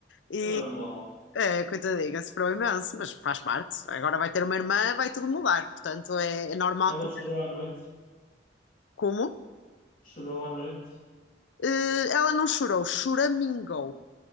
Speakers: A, on the left; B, on the left.
A: E,
B: normal.
A: é, coitadinha, sofreu imenso, mas faz parte. Agora vai ter uma irmã, vai tudo mudar, portanto é, é normal
B: Ela
A: que
B: chorou à noite.
A: Como?
B: Chorou à noite?
A: Eh, ela não chorou, choramingou.